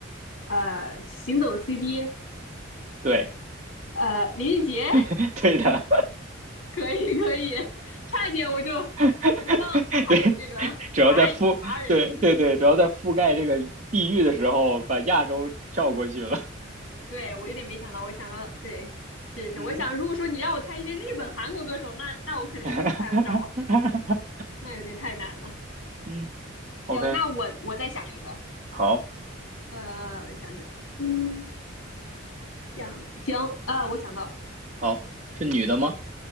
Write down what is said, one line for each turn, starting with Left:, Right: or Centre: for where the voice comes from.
Left: 呃，行走的 CD，
Right: 对
Left: 呃，林俊杰，
Right: <laughs>
Left: <laughs>
Right: 对的，
Left: 可以可以，<laughs> 差一点我就
Right: <laughs>
Left: 我就忘记还有这个华裔华人
Right: 对，主要在覆对对对，主要在覆盖这个地域的时候，把亚洲跳过去了。
Left: 对，我有点没想到，我想到，对，是是，
Right: 嗯，
Left: 我想如果说你让我猜一些日本、韩国歌手，那那我肯定真猜不着，
Right: <laughs> 哈哈哈，
Left: 那有点太难了。
Right: 嗯
Left: 行，
Right: ，OK，
Left: 那我我再想一个，
Right: 好，
Left: 呃，我想想，嗯，想行，呃，我想到了，
Right: 好，是女的吗？